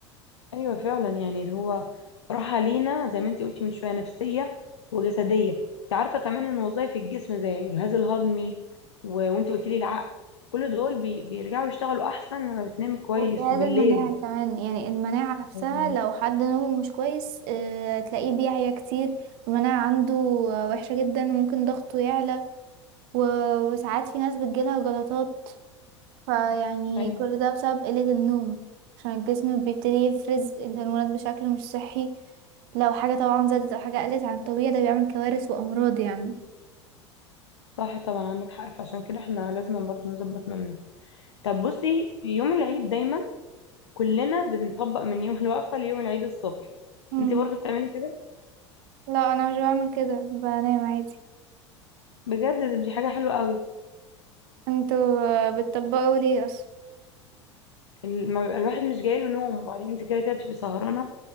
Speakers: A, on the left (about 70°); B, on the right (about 50°).
A: ايوه فعلا يعني اللي هو راحه لينا زي ما انت قلتي من شويه نفسيه وجسديه انت عارفه كمان ان وظائف الجسم زي الجهاز الهضمي و... وانت قلتي لي العقل كل دول بي... بيرجعوا يشتغلوا احسن لما بتنامي كويس
B: وجهاز
A: وبالليل
B: المناعة كمان يعني المناعة نفسها
A: لازم-
B: لو حد نومه مش كويس آه، تلاقيه بيعيا كتير المناعة عنده آه، وحشة جدا وممكن ضغطه يعلى و- وساعات في ناس بتجيلها جلطات فيعني
A: ايوه
B: كل ده بسبب قلة النوم عشان الجسم بيبتدي يفرز الهرمونات بشكل مش صحي لو حاجة طبعا زادت أو حاجة قلت عن الطبيعي ده بيعمل كوارث وأمراض يعني
A: صح طبعا عندك حق فعشان كده احنا لازم برضو نظبط نومنا طب بصي في يوم العيد دايما كلنا بنطبق من يوم الوقفه ليوم العيد الصبح
B: أيوة.
A: انت برضو بتعملي كده
B: لا انا مش بعمل كده بنام عادي
A: بجد دي حاجه حلوه قوي
B: انتوا آه، بتطبقوا ليه اصلا
A: ال- ما بيبقى الواحد مش جايله نوم وبعدين انت كده كده بتبقي سهرانة